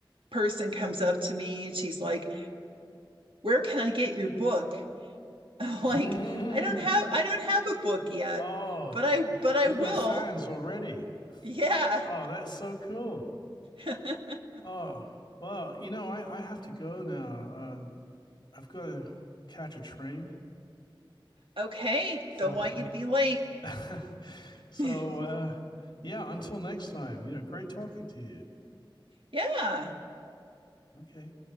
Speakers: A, on the right; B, on the left.
A: person comes up to me, and she's like, "Where can I get your book?" <laughs> like
B: mm.
A: I don't have
B: <laughs>
A: I don't have a book yet,
B: Oh,
A: but I but I
B: you've
A: will.
B: got fans already.
A: Yeah.
B: Oh, that's so cool.
A: <laughs>
B: Oh, well, you know, I, I have to go now. Uh, I've got to catch a train.
A: okay,
B: So,
A: don't want you to be late.
B: <laughs> so
A: <laughs>
B: uh, yeah, until next time, you know, great talking to you.
A: Yeah.
B: Okay.